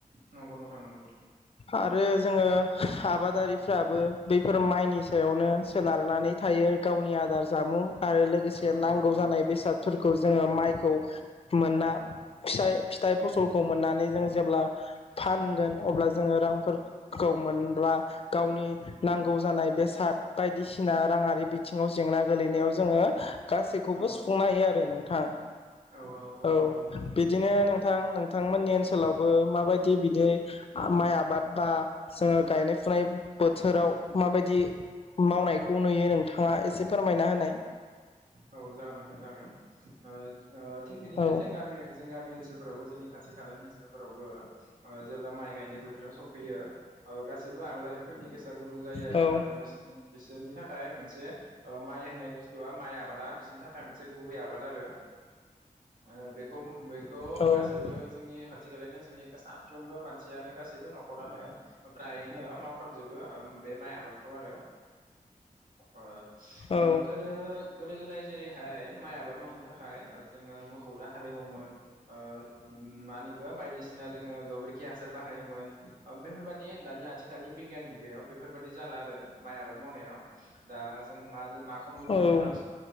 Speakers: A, on the right; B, on the left.
A: नंगौ नोंथां। नंगौ
B: आरो जोङो आबादारि फ्राबो बैफोर माइनि सायावनो सोनारनानै थायो गावनि आ जामुं आरो लोगोसे
A: औ
B: नांगौ
A: औ औ
B: जानाय बेसाद फोरखौ जोङो माइखौ मोना। फिसाइ फिथाइ फसलखौ मोननानै जों जेब्ला फानगोन अब्ला जोङो रां फोर खौ मोनब्ला गावनि नांगौ जानाय बेसाद बायदि सिना राङारि बिथिङाव जेंना गोलैनायाव जोङो गासैखौबो
A: औ
B: सुफुंनो हायो आरो नोंथां
A: औ
B: औ
A: नंगौ नोंथां नंगौ
B: बिदिनो नों नोंथां नोंथांमोननि ओनसोलावबो माबायदि बिदि माइ आबाद बा जोङो गायनाय फुनाय फुनाय बोथोराव माबायदि मावनायखौ नुयो नोंथाङा एसे फोरमायना होनाय।
A: औ जागोन नोंथां जागोन। ओ ओ थिग बिदिनो
B: औ
A: जों गामि जों गामि ओनसोल फोरावबो जोंनि खाथि खालानि ओनसोल फोरावबो ओ जेब्ला माइ गायनाय बोथोराव सफैयो ओ गासैबो आबादारि फोरनि गोसोआ गुदुं जायो आरो
B: औ
A: मानोना बिसनि बिसोरनि थाखाय मोनसे माइ होननाय बुस्थुआ माइ आबादा बिसोरनि थाखाय मोनसे गुबै आबाद आरो। ओ बेखौ बेखौ
B: औ
A: गासैबो जोंनि खाथि खालानि ओनसोलनि साफ्रोमबो मानसियानो गासैबो न' खरानो फ्रायनो मावफ्राम जोबो बे माइ आबादखौ आरो। ओ ओ
B: औ
A: गोदो गोदो गोदाय जेरैहाय माइ आबाद मावनो थाखाय ओ जोङो मोखौ दो हा हालेवोमोन ओ मा होनो बेखौ बायदिसिना जोङो गोबोरखि हासार बाहायोमोन। बेफोरबादि दानि आथिखालनि बिगियान मुगायाव बेफोरबादि जाला आरो माइ आबाद मावनायाव। दा जों मा जों माखौ नुनो
B: औ
A: मोनो बां